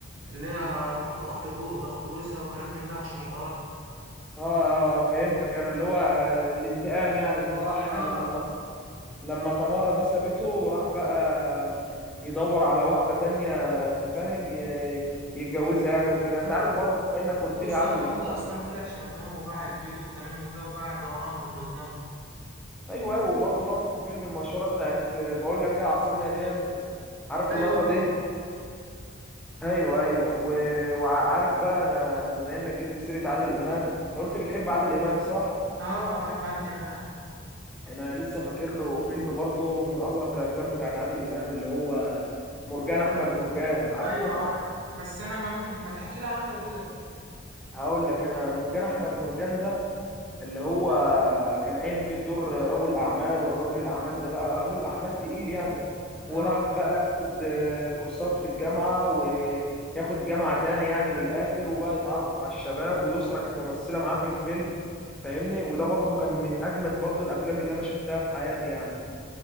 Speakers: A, on the right (about 65°); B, in the centre.
A: اللي هي أخت جو أخت جوزها وكلام من ده عشان يقار
B: اه اه فهمتك انا اللي هو آه، الانتقام يعني ان هو راح
A: آه
B: لما طم... لما تمارا دي سابته راح بقى يدور على واحده تانية انت فاهم ي... يتجوزها يعني وكده انت
A: آه
B: عارف برضه بما انك قلت
A: وسط
B: لي عادل
A: عمارة
B: امام
A: ده أصلا طلع شمام وباع البيت وكلام من ده وباع اللي وراهم واللي قدامهم
B: ايوه ايوه وبرضه لقطه الفيلم المشهوره بتاعت آه، بقول لك ايه يا عصام يا نمر عارف
A: أيوه
B: اللقطه دي ايوه ايوه و- وعارف بقى انا بما انك جبت سيره عادل امام انت قلت بتحب عادل امام صح
A: آه بحب عادل إمام
B: انا لسه فاكر له فيلم برضه من اظرف الافلام بتاعت عادل امام اللي هو مرجان احمد مرجان عارفه
A: أيوه عارف بس أنا ممكن ت- ما تحكي لي عنه كده
B: هقول لك انا مرجان احمد مرجان ده اللي هو كان قايم فيه بدور رجل اعمال ورجل الاعمال ده بقى رجل اعمال تقيل يعني
A: آه
B: وراح بقى ياخد آه، كورسات في الجامعه وياخد جامعه تاني يعني من الاخر وبقى يتعرف على الشباب ويسرا كانت ممثله معاه في الفيلم فاهمني وده برضو كان من اجمد برضو الافلام اللي انا شفتها في حياتي يعني